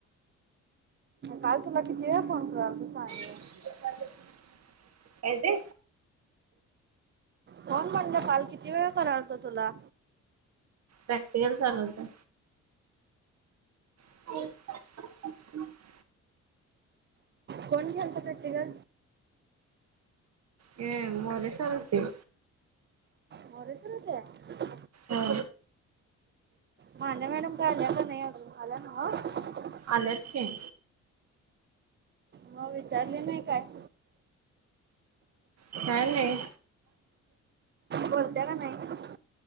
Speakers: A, on the right; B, on the right.
A: काल तुला किती वेळा फोन करालतो सहाने.
B: काय ते
A: कोण म्हणले कॉल किती वेळ करातो तुला
B: प्रॅक्टिकल चालू होत ह
A: कोण खेळतातते का
B: ये मोरेसर होते
A: मोरेश्वरचं हांय
B: हा
A: महाल्या मॅडम कां आल्याकि नाही आजूणं आल्यानव
B: आल्यात कायं
A: मगं विचारले नाहीं कायं
B: कांय नाहीं
A: बोलत्या की नाहीं